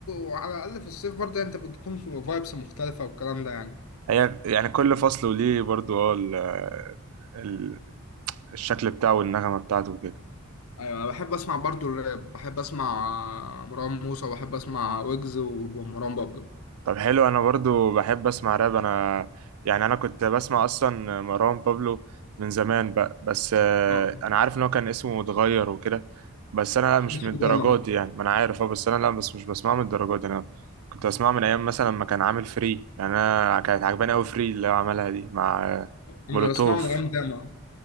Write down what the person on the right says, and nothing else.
هي يعني كل فصل وليه برضه اه ال- ال- الشكل بتاعه والنغمه بتاعته وكده
طب حلو انا برضو بحب اسمع راب انا يعني انا كنت بسمع اصلا مروان بابلو من زمان بقى بس آه،
انا عارف ان هو كان اسمه متغير وكده بس انا مش
من الدرجات
دي يعني ما انا عارف اه بس انا لا بس مش بسمعه من الدرجات دي انا كنت بسمعه من ايام مثلا ما كان عامل فري يعني انا كانت عجباني قوي فري اللي هو عملها دي مع آه،
مولوتوف